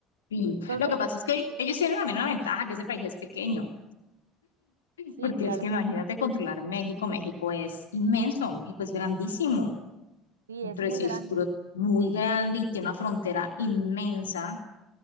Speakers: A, on the left; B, on the right.
A: Sí.
B: Entonces,
A: Lo que pasa es que ellos tienen también una ventaja, que ese país es pequeño,
B: sí,
A: porque
B: claro,
A: es que imagínate controlar México, México es inmenso, México es grandísimo,
B: sí,
A: un
B: es muy grande.
A: puro muy grande y tiene una frontera inmensa,